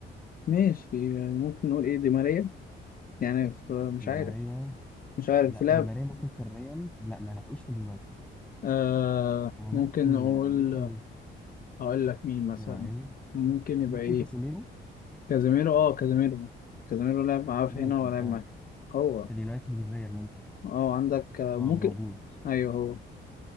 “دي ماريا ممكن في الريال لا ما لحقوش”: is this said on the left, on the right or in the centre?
Centre